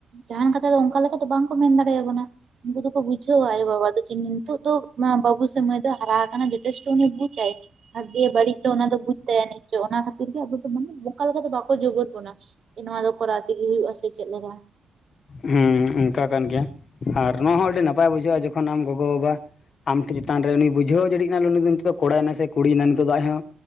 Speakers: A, on the right; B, on the left.
A: ᱡᱟᱦᱟᱱ ᱠᱟᱛᱷᱟ ᱫᱚ ᱚᱱᱠᱟ ᱞᱮᱠᱟ ᱫᱚ ᱵᱟᱝ ᱠᱚ ᱢᱮᱱ ᱫᱟᱲᱮ ᱟᱵᱚᱱᱟ ᱩᱱᱠᱩ ᱫᱚᱠᱚ ᱵᱩᱡᱷᱟᱹᱣᱟ ᱟᱭᱳ ᱵᱟᱵᱟ ᱫᱚ ᱡᱮᱹ ᱱᱤᱛᱚᱜ ᱫᱚ ᱵᱟᱹᱵᱩ ᱥᱮ ᱢᱟᱹᱭ ᱫᱚ ᱦᱟᱨᱟ ᱟᱠᱟᱱᱟ ᱡᱚᱛᱷᱮᱥᱴᱚ ᱩᱱᱤ ᱵᱩᱡ ᱵᱷᱟᱜᱮ ᱵᱟᱹᱲᱤᱡ ᱫᱚ ᱚᱱᱟ ᱫᱚ ᱵᱩᱡ ᱛᱟᱭᱟ ᱱᱤᱥᱪᱭ ᱚᱱᱟ ᱠᱷᱟᱹᱛᱤᱨ ᱜᱮ ᱟᱵᱚ ᱫᱚ ᱢᱟᱱᱮ ᱚᱠᱟ ᱞᱮᱠᱟ ᱫᱚ ᱵᱟᱠᱚ <inaudible> ᱵᱚᱱᱟ ᱱᱚᱣᱟ ᱫᱚ ᱠᱚᱨᱟᱣ ᱛᱮᱜᱮ ᱦᱩᱭᱩᱜᱼᱟ ᱥᱮ ᱪᱮᱫ ᱞᱮᱠᱟ
B: ᱦᱩᱸ ᱚᱱᱠᱟ ᱠᱟᱱ ᱜᱮᱭᱟ ᱟᱨ ᱱᱚᱣᱟ ᱦᱚᱸ ᱟᱹᱰᱤ ᱱᱟᱯᱟᱭ ᱵᱩᱡᱷᱟᱹᱜᱼᱟ ᱡᱚᱠᱷᱚᱱ ᱟᱢ ᱜᱚᱜᱚᱼᱵᱟᱵᱟ ᱾ ᱟᱢ ᱴᱷᱮᱱ ᱪᱮᱛᱟᱱ ᱨᱮ ᱩᱱᱤ ᱵᱩᱡᱷᱟᱹᱣ ᱡᱟᱲᱤᱱᱟᱭ ᱩᱱᱤ ᱫᱚ ᱱᱤᱛᱚᱜ ᱠᱚᱲᱟ ᱱᱟᱭ ᱥᱮ ᱠᱩᱲᱤ ᱱᱟᱭ ᱱᱤᱛᱚᱜ ᱫᱚ ᱟᱡ ᱦᱚᱸ,